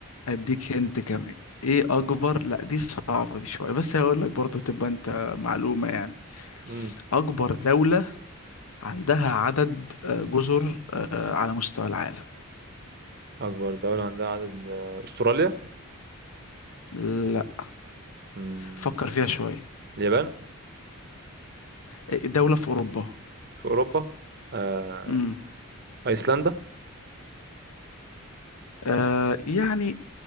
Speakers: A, on the left; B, on the right.
A: اديك هنت كمان ايه اكبر لا دي صعبة دي شوية بس هقول لك برضه تبقى انت معلومة يعني
B: مم.
A: اكبر دولة عندها عدد آه، جزر آه، على مستوى العالم
B: أكبر دولة عندها عدد آه، أستراليا
A: لا
B: مم،
A: فكر فيها شوية
B: اليابان
A: آه، دولة في أوروبا
B: في أوروبا آه،
A: امم
B: أيسلندا
A: آه يعني